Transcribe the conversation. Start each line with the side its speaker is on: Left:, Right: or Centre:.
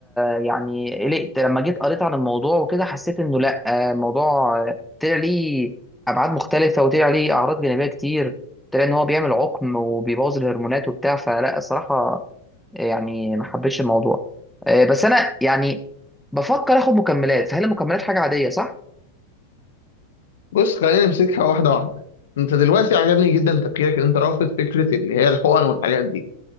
Centre: يعني قلقت لما جيت قريت عن الموضوع وكده حسيت انه لا الموضوع طلع ليه ابعاد مختلفه وطلع ليه اعراض جانبيه كتير طلع ان هو بيعمل عقم وبيبوظ الهرمونات وبتاع فلا الصراحه يعني ما حبيتش الموضوع آه، بس انا يعني بفكر اخد مكملات فهل المكملات حاجه عاديه صح؟
Left: بص خلينا نمسكها واحده واحده انت دلوقتي عجبني جدا تفكيرك ان انت رافض فكره اللي هي الحقن والحاجات دي